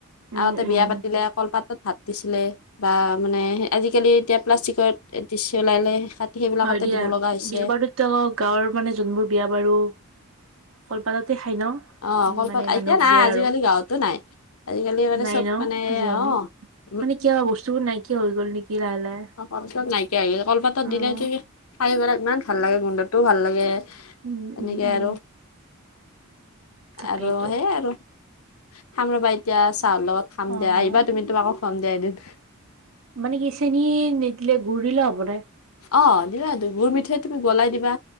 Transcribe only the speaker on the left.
আগতে
বিয়া পাতিলে কলপাতত ভাত দিছিলে বা মানে আজিকালি এতিয়া প্লাষ্টিকত দিচ ওলালে সেইবিলাকতে
দিব লগা হৈছে
অ', কলপাত,
এতিয়া
নাই
আজিকালি
গাঁৱতো নাই আজিকালি মানে
চব
মানে
অ'। উম,
অ', কলপাতত নাইকিয়া হৈ কলপাতত
দিলে ত খাই পেলাই ইমান ভাল লাগে গোন্ধটোও ভাল লাগে।
তেনেকে
আৰু,
আৰু সেইয়াই আৰু। খাম ৰ'বা, এতিয়া চাহৰ লগত খাম
দিয়া আহিবা তুমি তোমাকো খোৱাম দিয়া এদিন।
অ', দিবা গুৰ মিঠৈ তুমি গলাই দিবা